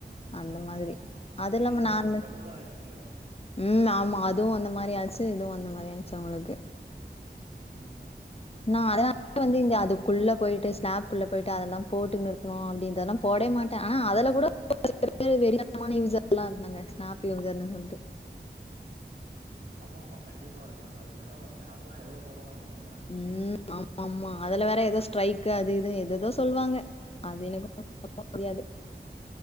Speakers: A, on the left; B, on the right.
A: அந்த
B: ஆமா
A: மாதிரி அது
B: நீங்க
A: இல்லாம
B: வந்து
A: நா
B: உங்களுக்கு
A: அந்த
B: டபுளா ஆயிடுச்சுல்ல
A: ம் ஆமா அதுவு அந்த மாரியாச்சு இதுவு அந்த மாரி ச் அவுளுக்கு
B: ம்
A: நா அதனால வந்து இந்த அதுக்குள்ள போயிட்டு ஸ்னாப்க்குள்ள போயிட்டு அதெல்லா போட்டுட்டு இருக்கணு அப்பிடின்தெல்லா போடவே மாட்டே ஆனா அதுல கூட <unintelligible> வெறித்தனமான யூசர்ல்லா இருந்தாங்க ஸ்னாப் யூசர்னு சொல்ட்டு
B: ஆமா ஆமா கண்டிப்பா இருக்காங்க அதுயு ஸ்னாப்ல்லா எவ்ளோ போடுவாங்க நீயா
A: ம் ஆமா ஆமா அதுல வேற ஏதோ ஸ்ட்ரைக்கு அது இது ஏததோ சொல்லுவாங்க அது எனமோ நம்ப முடியாது